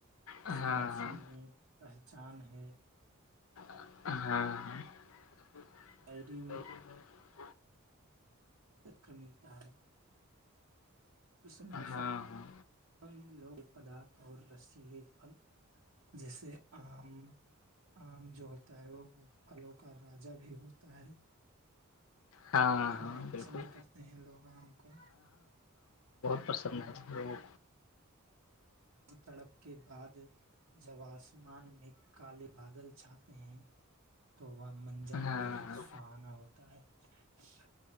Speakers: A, on the right; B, on the left.
A: اس
B: ہاں
A: موسم میں پہچان ہے کہ
B: ہاں ہاں
A: شاعری
B: س
A: میں چکر ملتا ہے اس موسم
B: ہاں ہاں
A: میں لوگ پدارتھ ہو رہے اس سی لیے پھل جیسے آم آم جو ہوتا ہے وہ پھلوں کا راجا بھی ہوتا ہے
B: ہاں
A: کھانا
B: ہاں بالکل
A: پسند کرتے ہیں لوگ آم کو
B: پرسنس کرو
A: تڑپ کے بعد ج جب آسمان میں کالے بادل چھاتے ہیں تو وہ منجر
B: ہاں
A: بےحد
B: ہاں
A: سہانا ہوتا ہے شھ